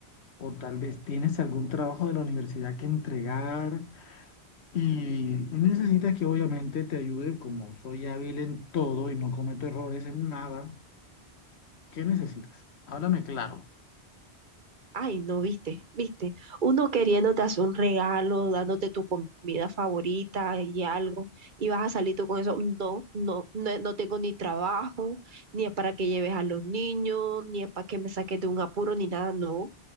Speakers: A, on the left; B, on the right.
A: ¿O tal vez tienes algún trabajo de la universidad que entregar? Y necesitas que obviamente te ayude, como soy hábil en todo y no cometo errores en nada. ¿Qué necesitas? Háblame claro.
B: Ay, no, viste, viste. Uno queriéndote hacer un regalo, dándote tu comida favorita y algo, y vas a salir tú con eso. No, no, no, no tengo ni trabajo, ni es para que lleves a los niños, ni es para que me saques de un apuro, ni nada, no.